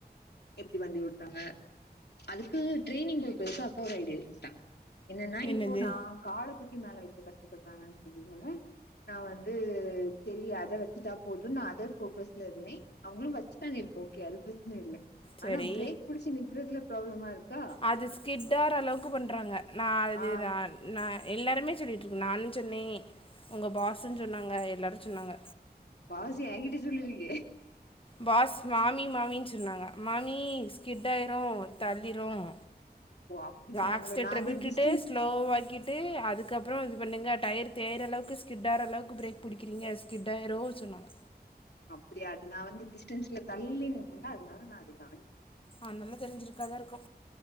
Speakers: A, on the left; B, on the left.
A: எப்டி வண்டி ஓட்றாங்க அதுக்கு ட்ரரைனிங் குக்குறக்கு அக்கா ஒரு ஐடியாஸ் குடுத்தாங்க என்னன்னா
B: என்னது
A: இப்போ நா காலத்துக்கி மேல வைக்க கஷ்டப்படுறாங்கன் சொல்லிருந்தல நா வந்து சரி அத வச்சுட்டா போது நா அத ஃபோக்கஸ் எர்னி அவங்களு வச்சுட்டாங்க இப்போ ஓகே அது பிரச்சன இல்ல
B: சரி
A: ஆனா பிரேக் புடிச்சு நிக்குறதுல ப்ராப்ளமா இருக்கா
B: அது ஸ்கிட்டாற அளவுக்கு பண்றாங்க நா அது
A: ஆ
B: நான் நா எல்லோருமே சொல்லிகிட்ருக்கு நானு சொன்னே உங்க பாஸு சொன்னாங்க எல்லாரு சொன்னாங்க
A: பாஸ் எங்கிட்ட சொல்லிலயே
B: பாஸ் மாமி மாமின்னு சொன்னாங்க மாமிஸ் கிட்டாயிரும் தள்ளிரும்
A: ஓ அப்டி சொன்னாங்களோ
B: ஆக்ஸ்டேட்டர
A: நா அது
B: விட்டுட்டு
A: டிஸ்டன்ஸ்
B: ஸ்லோவ ஆக்கி விட்டு அதுக்கப்புற இது பண்ணுங்க டயர் தேயிற அளவுக்கு ஸ்கிட்டாகுற அளவுக்கு பிரேக் பிடிக்கிறீங்க ஸ்கிட்டாயிரு சொன்னாங்க
A: அப்டியா அது நா வந்து டிஸ்டன்ஸ்ல தள்ளினா அதுனால நா அது நாள <inaudible>
B: அ நல்ல தெரிஞ்சிருக்காதா இருக்கு